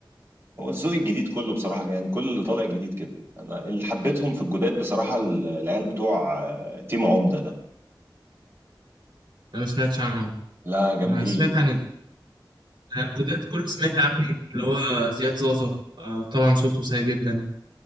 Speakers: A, on the right; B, on the right.
A: هو الذوق الجديد كله بصراحه يعني كل اللي طالع جديد كده انا اللي حبيتهم في الجداد بصراحه العيال بتوع آه، تيم عمده
B: انا ما سمعتش عنه
A: لا جامدين
B: انا سمعت عن الجداد كل سمعت عنهم اللي هو زياد زازا آه طبعا صوته سيء جدا